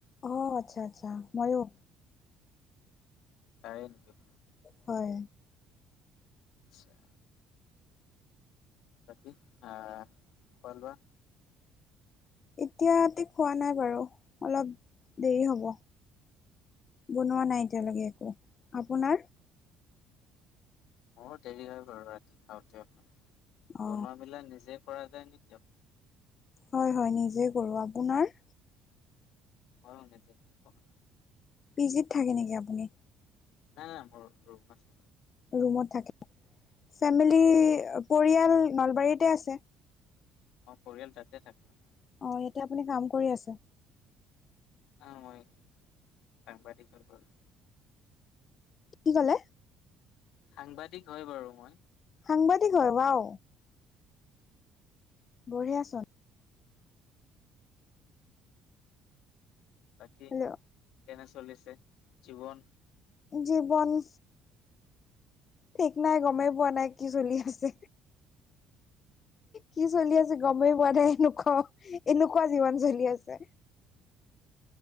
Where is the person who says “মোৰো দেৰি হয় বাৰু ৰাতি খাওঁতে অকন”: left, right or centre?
Left